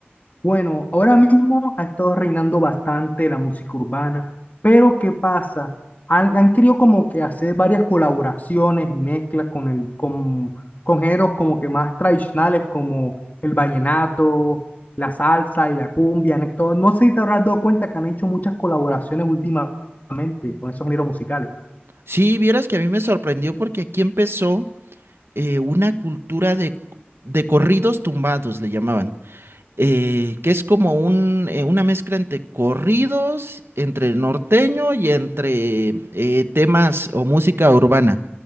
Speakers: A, on the left; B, on the right.
A: Bueno, ahora mismo ha estado reinando bastante la música urbana, pero ¿qué pasa? Han, han querido como que hacer varias colaboraciones y mezclas con el, con, con géneros como que más tradicionales como el vallenato, la salsa y la cumbia. En esto, no sé si te habrás dado cuenta que han hecho muchas colaboraciones últimamente con esos géneros musicales.
B: Sí, vieras que a mí me sorprendió porque aquí empezó eh, una cultura de, de corridos tumbados, le llamaban. eh, que es como un, eh, una mezcla entre corridos, entre norteño y entre eh, temas o música urbana.